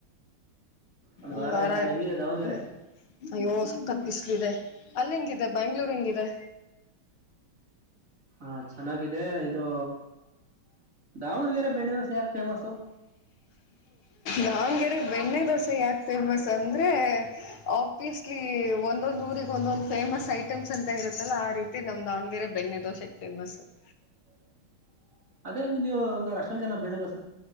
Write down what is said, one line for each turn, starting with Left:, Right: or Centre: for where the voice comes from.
Right: ಒಂದ್
Left: ಈ ವಾರ
Right: ಆಯ್ತಾ ಹೆಂಗಿದೆ ದಾವಣಗೆರೆ
Left: ಹ್ಮ ಅಯ್ಯೋ ಸಖತ್ ಬಿಸ್ಲಿದೆ ಅಲ್ಲಿ ಹೆಂಗಿದೆ ಬ್ಯಾಂಗ್ಳೂರ್ ಹೆಂಗಿದೆ
Right: ಹಾ ಚೆನ್ನಾಗಿದೆ ಇದು ದಾವಣಗೆರೆ ಬೆಣ್ಣೆ ದೋಸೆ ಫೇಮಸ್
Left: ದಾವಣಗೆರೆ ಬೆಣ್ಣೆ ದೋಸೆ ಯಾಕೆ ಫೇಮಸ್ ಅಂದ್ರೆ ಆಬ್ವಿಯಸ್ಲಿ ಈ ಒಂದೊಂದು ಊರಿಗೆ ಒಂದೊಂದಂದು ಫೇಮಸ್ ಐಟಮ್ಸ್ ಅಂತ ಇರುತ್ತಲ್ಲ ಆ ರೀತಿ ನಮ್ ದಾವಣಗೆರೆ ಬೆಣ್ಣೆ ದೋಸೆೆಗೆ ಫೇಮಸ್ ಹೊಸು
Right: ಹ ಅದೇಂಗ ನೀವು ಒಂಗ ಅಶ ಜನ ಬೆದ